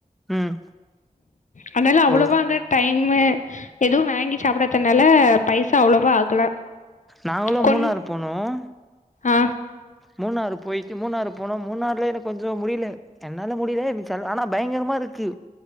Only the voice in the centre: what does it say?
ம்
அவ்ளோ
நாங்களும்
மூணாறு போனோம்
மூணாறு போயி மூணாறு போனோம் மூணாறுல எனக்கு கொஞ்சம் முடியல என்னால முடியல ஆனா பயங்கரமா இருக்கு